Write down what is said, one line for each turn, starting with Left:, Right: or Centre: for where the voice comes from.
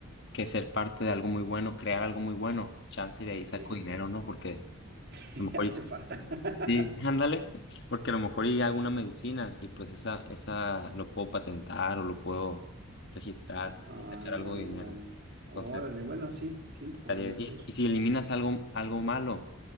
Left: que ser parte de algo muy bueno, crear algo muy bueno, chance de
Right: Ok,
Left: ahí saco dinero, ¿no? Porque a
Right: <laughs>
Left: lo mejor,
Right: hace
Left: y-
Right: falta.
Left: sí, <laughs> ándale, porque a lo mejor y hago una medicina y pues esa, esa lo puedo patentar o lo puedo registrar
Right: <laughs> Ándale.
Left: y sacar algo de dinero.
Right: Órale,
Left: Entonces,
Right: bueno, sí, sí,
Left: Estaría-
Right: podría
Left: Y,
Right: ser.
Left: y si eliminas algo, algo malo,